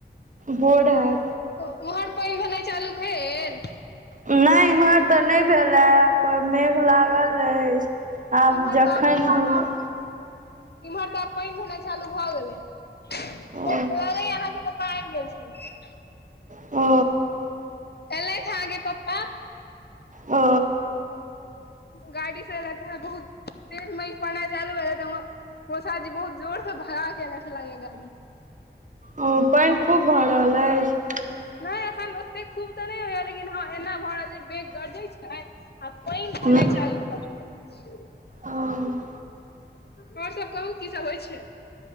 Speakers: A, on the right (about 45°); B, on the left (about 60°).
A: बोर्ड आ
B: उम्हर पनि भेनाइ चालू भेल
A: नहि इम्हर तऽ नहि भेल‌ यै पर मेघ लागल अछि आब
B: इमहर
A: जखन
B: तऽ आब इमहर तऽ आब पानि भेनाइ चालू भए गेलै
A: ओ
B: लागैया अहाँके पप्पा आबि गेल छै
A: ओ
B: एलैथ अहाँके पप्पा
A: ओ
B: गाड़ी से एलेथ है बहुत तेज मेघ परना चालू भेल तऽ मोसा जी बहुत जोर से भगा कल लागे गाड़ी
A: ओ पानि खूब भऽ रहल अछि
B: नहि एखन ओते खूब तऽ नहि होया लेकिन हँ एना भड़ रहल जे मेघ गर्जय छै आ पानि
A: अछि
B: देनाइ चालू भऽ
A: हूँ
B: आओर सब कहू की सब होइ छै